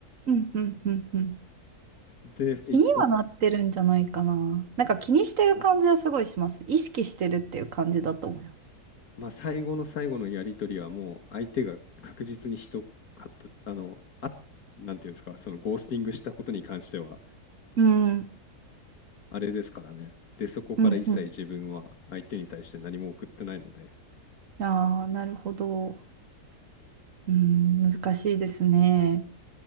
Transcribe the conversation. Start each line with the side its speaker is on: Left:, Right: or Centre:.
Right: うんうんうんうん
Left: で、いお
Right: 気にはなってるんじゃないかな。なんか気にしてる感じはすごいします。意識してるっていう感じだと思います。
Left: まあ、最後の最後のやり取りはもう相手が確実にひどかった、あの、あ、なんていうんですか、そのゴースティングしたことに関しては、
Right: うん。
Left: あれですからね。で、そこから一切自分は相手に対して何も送ってないので、
Right: うんうん。ああ、なるほど。うん、難しいですね。